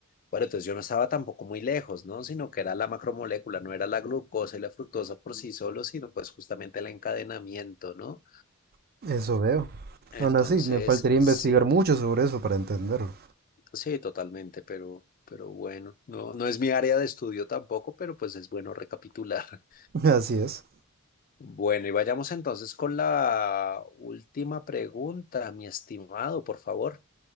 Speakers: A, on the left; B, on the right.
A: Bueno, entonces yo no estaba tampoco muy lejos, ¿no? Sino que era la macromolécula, no era la glucosa y la fructosa por sí solo, sino pues justamente el encadenamiento, ¿no?
B: <laughs> Eso veo.
A: Entonces,
B: Aún así, me faltaría investigar
A: sí,
B: mucho sobre eso para entenderlo.
A: sí, totalmente, pero, pero bueno, no, no es mi área de estudio tampoco, pero pues es bueno recapitular. <laughs>
B: <laughs> Así es,
A: Bueno, y vayamos entonces con la última pregunta, mi estimado, por favor.